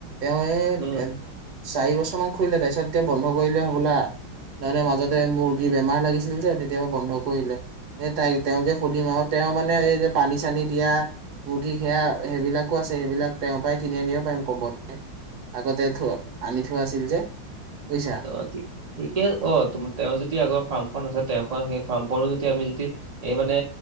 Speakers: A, on the right (about 60°); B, on the right (about 25°).
A: তেওঁৱে
B: উম
A: চাৰি বছৰমান খুলিলে তাৰপিছত এতিয়া বন্ধ কৰিলে হ'বলা। নহলে মাজতে মুৰ্গী বেমাৰ লাগিছিল যে তেতিয়াৰ পৰা বন্ধ কৰিলে সেই তাই তেওঁকে সোধিম আৰু তেওঁ মানে এই যে পানী চানী দিয়া। মূৰ্গী সেয়া সেইবিলাকো আছে সেইবিলাক তেওঁৰ পৰাই কিনি আনিব পাৰিম কমতে। আগতে থ আনি থোৱা আছিল যে, বুইছা।
B: অ ঠিকে অ তেওঁৰ যদি আগৰ ফাৰ্মখন আছে তেওঁ সেই ফাৰ্মখনো যদি আমি যদি এই মানে